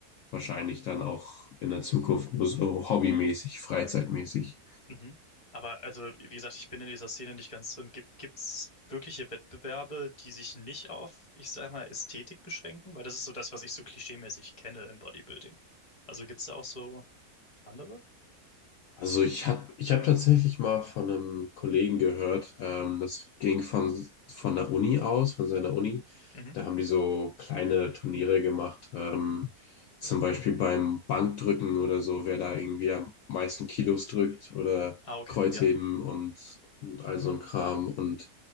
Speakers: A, on the left; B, on the left.
A: wahrscheinlich dann auch in der Zukunft nur so hobbymäßig, freizeitmäßig.
B: Mhm. Aber also, wie gesagt, ich bin in dieser Szene nicht ganz drin. Gibt, gibt's wirkliche Wettbewerbe, die sich nicht auf, ich sag mal, Ästhetik beschränken? Weil das ist so das, was ich so klischeemäßig kenne im Bodybuilding. Also gibt's da auch so andere?
A: Also ich hab, ich hab tatsächlich mal von einem Kollegen gehört, ähm, das ging von, von der Uni aus, von seiner Uni.
B: Mhm.
A: Da haben die so kleine Turniere gemacht, ähm, zum Beispiel beim Bankdrücken oder so, wer da irgendwie am meisten Kilos drückt oder
B: Ah, okay,
A: Kreuzheben
B: ja.
A: und, und all so ein Kram. Und